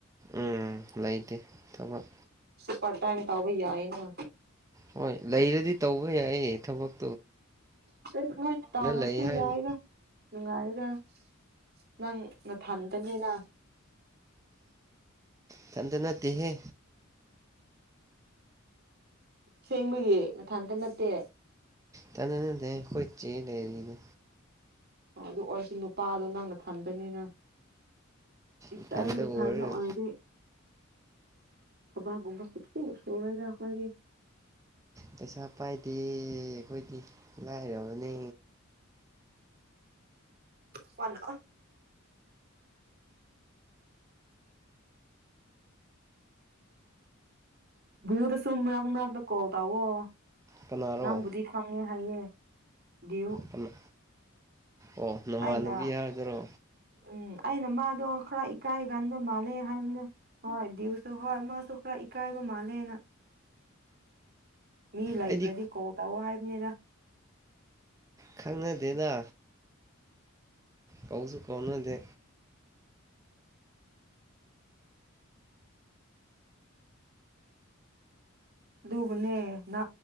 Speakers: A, on the right; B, on the right.
A: ꯎꯝ ꯂꯩꯇꯦ ꯊꯕꯛ
B: ꯄꯔ ꯇꯥꯏꯝ ꯇ ꯌꯥꯏꯅ
A: ꯍꯣꯏ ꯂꯩꯔꯗꯤ ꯇꯧꯕ ꯌꯥꯏ ꯊꯕꯛ
B: ꯆ ꯇꯥꯎꯗꯔꯁꯨ
A: ꯂꯩ ꯍꯥꯏꯕ
B: ꯌꯥꯏꯒ ꯃ <unintelligible> ꯅꯪ ꯅꯊꯟꯗꯅꯦꯅ
A: ꯊꯗꯅ ꯇꯍꯦ
B: ꯁꯦꯡꯕꯒꯤ ꯅ ꯊꯟꯇ ꯅꯠꯇꯦ
A: ꯇꯅ ꯅ ꯈꯣꯏ ꯂꯩꯔꯤ
B: ꯑꯗꯨ ꯑꯣꯏꯔꯁꯨ ꯅꯨꯄꯥꯗꯣ ꯅꯪꯅ ꯊꯟꯗꯅꯦꯅ ꯏꯁꯇꯥꯏꯗꯤ
A: ꯏꯊꯟꯇ ꯑꯣꯏꯔꯒ
B: ꯊꯟꯗ ꯑꯣꯏꯗꯤ ꯨꯝꯕ ꯁꯛꯇꯄꯤ ꯆꯉꯣꯏꯗꯈꯣꯏꯗꯤ
A: ꯄꯩꯁꯥ ꯄꯥꯏꯗꯤ ꯀꯣꯏꯗꯤ ꯂꯥꯏꯔꯕ ꯅ
B: ꯐꯅ ꯨꯗꯁꯨꯨꯝ ꯃꯔꯛꯥꯛ ꯃꯔꯛꯗ ꯀꯣ ꯇꯑꯣꯣ
A: ꯀꯅꯥꯔꯣ
B: ꯅꯪꯕꯨꯗꯤ ꯈꯪꯉꯦ ꯍꯥꯏꯌꯦ ꯗꯨ
A: ꯀꯅꯥ ꯑꯣ ꯅꯃꯥꯟꯅꯕꯤ
B: ꯑꯩꯅ
A: ꯍꯥꯏꯗꯨꯔꯣ
B: ꯎꯝ ꯑꯩꯅ ꯃꯥꯗꯣ ꯈꯔ ꯏꯀꯥꯏꯒꯥꯟ ꯃꯥꯂꯦ ꯍꯥꯏꯔꯂꯦ ꯍꯗꯤꯁꯨ ꯍ ꯃꯁꯨ ꯄꯨꯔꯥ ꯏꯀꯥꯏꯕ ꯃꯥꯜꯂꯦꯅ ꯃꯤꯂ ꯑꯌꯨꯋꯦꯗꯤ
A: ꯑꯩꯗꯤ
B: ꯀꯣ ꯇ ꯍꯥꯏ ꯔ
A: ꯈꯪꯅ ꯗꯦꯗꯥ ꯀꯥꯎꯖ ꯀꯥꯎꯅ ꯗꯦ
B: ꯑꯗꯨꯕꯨꯅꯦ ꯅ